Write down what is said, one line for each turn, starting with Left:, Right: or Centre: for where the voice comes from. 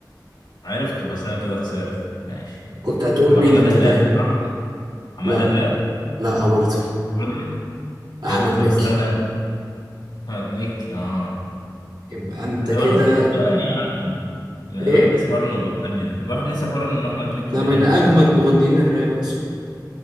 Left: عرفت بس انا كده خسرت ماشي
Right: كنت هتقول
Left: يبقى
Right: مين
Left: حماده
Right: انت طيب
Left: هلال صح حماده
Right: لا
Left: هلال
Right: لا برضه
Left: برضه
Right: احمد
Left: ايه ده طب
Right: مكي
Left: استنى بقى. احمد مكي اه
Right: يبقى انت
Left: الواحد
Right: كده
Left: بس هو يعني الواحد
Right: ايه
Left: نسي حوار انه بيغني ده الواحد نسي حوار انه احمد مكي
Right: ده
Left: بيغني
Right: من اجمد
Left: ده اصلا
Right: مغنيين الراب اصلا